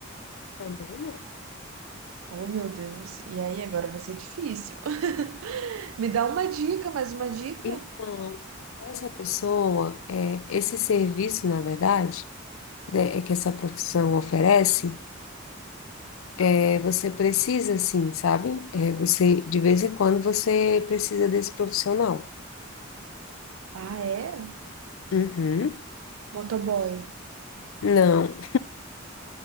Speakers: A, on the left; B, on the right.
A: Também não.
B: Oh, meu Deus. E aí agora vai ser difícil. <laughs> Me dá uma dica, mais uma dica.
A: Então, essa pessoa, é, esse serviço, na verdade, né, é que essa profissão oferece, é, você precisa, assim, sabe? É, você, de vez em quando, você precisa desse profissional.
B: Ah, é?
A: Uhum.
B: Motoboy.
A: Não.